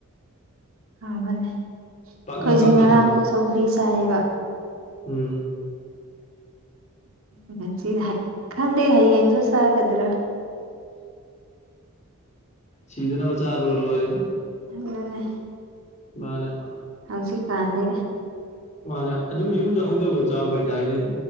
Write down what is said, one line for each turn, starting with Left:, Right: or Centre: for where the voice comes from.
Right: ꯍꯥꯎꯕꯅꯦ ꯑꯩꯈꯣꯏꯁꯦ
Left: ꯄꯥꯛꯅꯝ ꯈꯪꯗꯕ꯭ꯔꯥ
Right: ꯉꯔꯥꯡꯖꯨ ꯁꯧꯒꯔꯤ ꯆꯥꯏꯌꯦꯕ
Left: ꯎꯝ
Right: ꯉꯁꯤ ꯍ ꯈꯪꯗꯦ ꯍꯌꯦꯡꯖꯨ ꯆꯥꯒꯗ꯭ꯔꯥ
Left: ꯁꯤꯗꯅꯕ ꯆꯥ ꯂꯣꯏ ꯂꯣꯏꯔꯦꯗ
Right: ꯎꯝ
Left: ꯃꯥꯅꯦ
Right: ꯍꯧꯖꯤꯛꯀꯥꯟꯗꯤ
Left: ꯃꯥꯅꯦ ꯑꯗꯨꯝ ꯌꯨꯝꯗ ꯍꯧꯖꯕꯗ ꯆꯥ ꯐꯩꯗ ꯍꯥꯏꯗꯤ